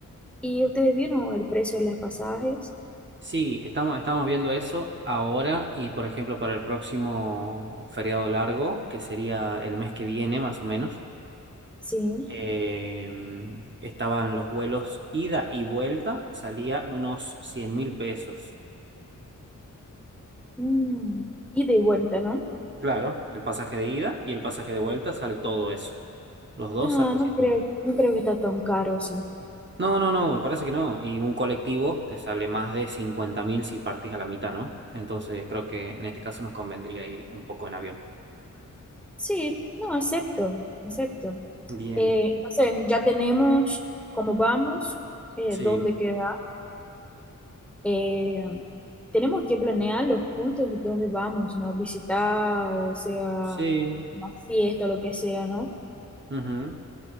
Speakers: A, in the centre; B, on the right.
A: ¿Y ustedes vieron el precio de los pasajes?
B: Sí, estamos, estamos viendo eso ahora y, por ejemplo, para el próximo feriado largo, que sería el mes que viene más o menos,
A: Sí.
B: eh, estaban los vuelos ida y vuelta, salía unos cien mil pesos.
A: Mm. Ida Y de vuelta, ¿no?
B: Claro, el pasaje de ida y el pasaje de vuelta sale todo eso. Los dos
A: Ah,
B: salen
A: no
B: cien
A: creo,
B: mil.
A: no creo que está tan caro, sí.
B: No, no, no, me parece que no. Y un colectivo te sale más de cincuenta mil si partís a la mitad, ¿no? Entonces creo que en este caso nos convendría ir un poco en avión.
A: Sí, no, acepto, acepto.
B: Bien.
A: Eh, entonces, ya tenemos cómo vamos, eh,
B: Sí,
A: dónde queda. Eh, tenemos que planear los puntos donde vamos, ¿no? Visitar, o sea,
B: Sí.
A: una fiesta, lo que sea, ¿no?
B: ujú.